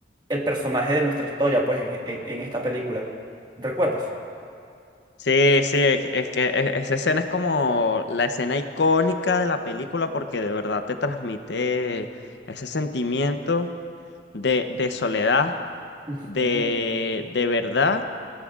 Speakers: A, on the right; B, on the left.
A: el personaje de nuestra historia, pues, en, en- en esta película. ¿Recuerdas?
B: Sí, sí, es es que e- esa escena es como la escena icónica de la película porque de verdad te transmite ese sentimiento de, de soledad,
A: Ujú.
B: de, de verdad,